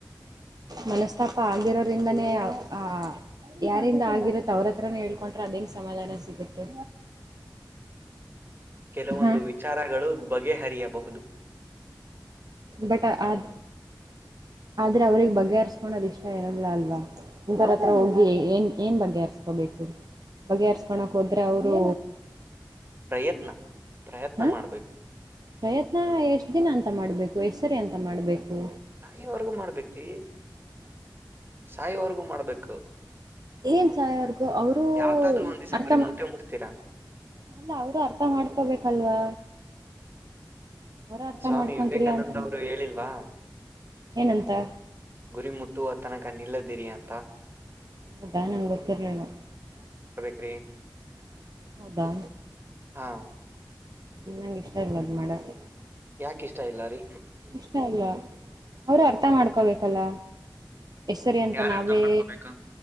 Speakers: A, on the right; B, on the right.
A: ಮನಸ್ತಾಪ ಆಗಿರೋ್ರಿಂದಾನೇ ಆ ಯಾರಿಂದ ಆಗಿರತ್ತ ಅವ್ರತ್ರನ ಹೇಳ್ಕೊೊಂಡ್ರೆ ಅದಂಗ್ ಸಮಾಧಾನ ಸಿಗುತ್ತೆ
B: ಕೆಲವೊಂದು
A: ಹಾಂ
B: ವಿಚಾರಗಳು ಬಗೆಹರಿಯಬಹುದು
A: ಬಟ್ ಅ್ ಆದ್ರೆ ಅವ್ರಗ್ ಬಗೆಹರ್ಸ್ಕೊಳೋದ್ ಇಷ್ಟ ಇರಲ್ಲ ಅಲ್ವಾ ಒಥರ ಹತ್ರ ಹೋಗಿ ಏನ್ ಏನ್ ಬಗೆಹರ್ಸ್ಕೊಬೇಕು ಬಗೆಹರ್ಸ್ಕೊಕ್ ಹೋದ್ರೆ ಅವರು
B: ಪ್ರಯತ್ನ ಪ್ರಯತ್ನ
A: ಹ
B: ಮಾಡ್ಬೇಕು
A: ಪ್ರಯತ್ನ ಎಷ್ಟ್ ದಿನ ಅಂತ ಮಾಡ್ಬೇಕು ಎಷ್ಟ ಸರಿ ಅಂತ ಮಾಡ್ಬೇಕು
B: ನಾ ಇವರ್ಗೂ ಮಾಡ್ಬೇಕ್ರೀ ಸಹ ಅವ ಮಾಡ್ಬೇಕು
A: ಏನ್ ಸಾಯ ಅವರ್ಗೂ ಅವರುೂ
B: ಯಾವತ್ತಾದ್ರೂ ಒಂದ್ ದಿವ್ಸ
A: ಅರ್ಥ
B: ಗುರಿ
A: ಮಾ
B: ಮುಟ್ಟೆ ಮುಟ್ತೀರಾ
A: ಅಲ್ಲ ಅವರು ಅರ್ಥ ಮಾಡ್ಕೋಬೇಕಲ್ವಾ ಹ ಅವ್ರ ಅರ್ಥ
B: ಸ್ವಾಮಿ
A: ಮಾಡ್ಕೊಂತಿಲ್ಲ
B: ವಿವೇಕಾನಂದ
A: ಅಂತ
B: ಅವರು ಹೇಳಿಲ್ವಾ
A: ಏನಂತ
B: ಗುರಿ ಮುಟ್ಟು ತನಕ ನಿಲ್ಲದಿರಿಯಾ ಅಂತ
A: ಹೌದಾ ನನ್ಗೆ ಗೊತ್ತಿರ್ಲಿಲ್ಲ
B: ಕ್ರೀ
A: ಹೌದಾ
B: ಹಾ
A: ನಂಗ ಇಷ್ಟ ಇಲ್ವಾ ಅದ್ ಮಾಡಕ್
B: ಯಾಕ ಇಷ್ಟ ಇಲ್ಲ ರೀ
A: ಇಷ್ಟ ಇಲ್ಲ ಅವರು ಅರ್ಥ ಮಾಡ್ಕೊಬೇಕಲ್ಲ ಎಷ್ಟರಿ ಅಂತ
B: ಯಾರ
A: ನಾವೇ
B: ಅರ್ಥ ಮಾಡ್ಕೋಬೇಕು